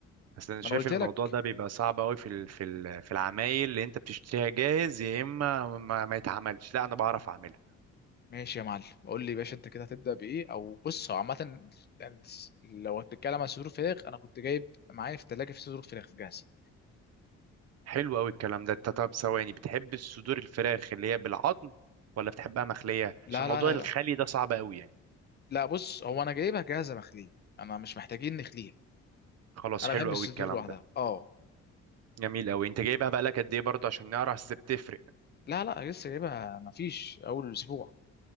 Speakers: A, on the right (about 55°); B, on the left (about 35°).
A: اصل انا شايف
B: ما انا قلت
A: الموضوع
B: لك
A: ده بيبقى صعب قوي في ال- في ال- في العمايل اللي انت بتشتريها جاهز يا اما ما, ما يتعملش لا انا بعرف اعملها
B: ماشي يا معلم قول لي يا باشا انت كده هتبدا بايه او بص هو عامه يعني لو هتتكلم عن صدور فراخ انا كنت جايب معايا في الثلاجه في صدور فراخ جاهزه
A: حلو قوي الكلام ده انت طب ثواني بتحب الصدور الفراخ اللي هي بالعظم ولا بتحبها مخلية
B: لا
A: عشان موضوع
B: لا
A: الخلي
B: لا بقى
A: ده صعب قوي يعني
B: لا بص هو انا جايبها جاهزه مخليه انا مش محتاجين نخليها
A: خلاص
B: انا
A: حلو
B: بحب الصدور
A: قوي الكلام
B: لوحدها
A: ده
B: اه
A: جميل قوي انت جايبها بقى لك قد ايه برضه عشان نعرف اذا بتفرق
B: لا لا لسه جايبها مفيش اول اسبوع